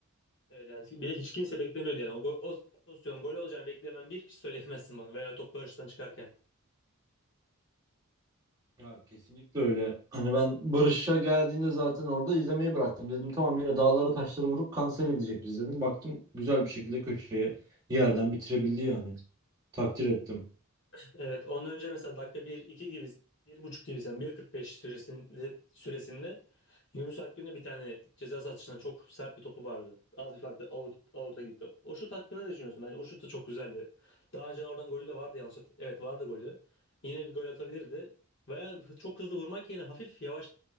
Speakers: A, on the left; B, on the right.
A: Evet yani bir de hiç kimse beklemiyordu yani. O, go- o pozisyonun gol olacağını beklemen bir kişi söyleyemezsin bana veya top Barış'tan çıkarken.
B: Ya kesinlikle öyle. Hani ben Barış'a geldiğinde zaten orada izlemeyi bıraktım. Dedim tamam yine dağlara taşlara vurup kanser edecek biz dedim. Baktım güzel bir şekilde köşeye yerden bitirebildi yani. Takdir ettim.
A: Evet, ondan önce mesela dakika bir iki gibi, 1.5 gibi sen bir kırk beş süresinde, süresinde Yunus Akgün'e bir tane ceza sahasından çok sert bir topu vardı. Az bir farkla out, out'a gitti. O şut hakkında ne düşünüyorsun? Bence o şut da çok güzeldi. Daha önce oradan golü de vardı yanlış. hat- Evet vardı golü. Yine bir gol atabilirdi. Veya çok hızlı vurmak yerine hafif yavaş